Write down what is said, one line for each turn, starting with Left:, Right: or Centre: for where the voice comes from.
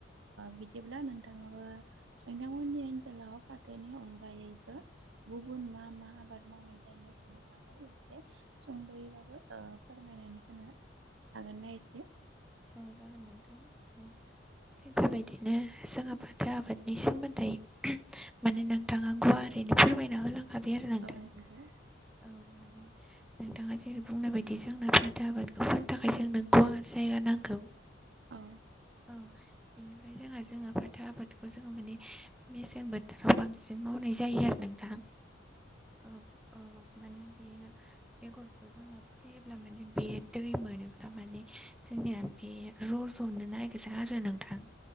Right: बिदिब्ला नोंथाङाबो नोंथांमोननि ओनसोलाव फाथोनि अनगायैबो गुबुन मा मा आबाद मावनाय जायो बिनि बागै एसे सुंद'यैबाबो फोरमायनानै होनो हागोनना एसे
Centre: औ जागोन नोंथां औ थिग बेबायदि बिदिनो जोङो बाथो आबादनि सोमोन्दै माने नोंथाङा गुवारारैनो फोरमायना होलांखाय आरो नोंथां।
Right: औ
Centre: औ
Right: नंगौ
Centre: माने नोंथाङा जेरै बुंनाय बायदि जोंनो फाथो आबादखौ फोनो थाखाय जोंनो गुवार जायगा नांगौ।
Right: औ
Centre: औ बेनिफ्राय जोंहा जोङो फाथो आबादखौ जोङो माने मेसें बोथोराव बांसिन मावनाय जायो आरो नोंथां औ औ माने बेयो बेगरखौ जों अ <unintelligible> फैयोब्ला माने बे दै मोनोब्ला माने जोंनिया बे र'ज'नो नागिर गोजा आरो नोंथां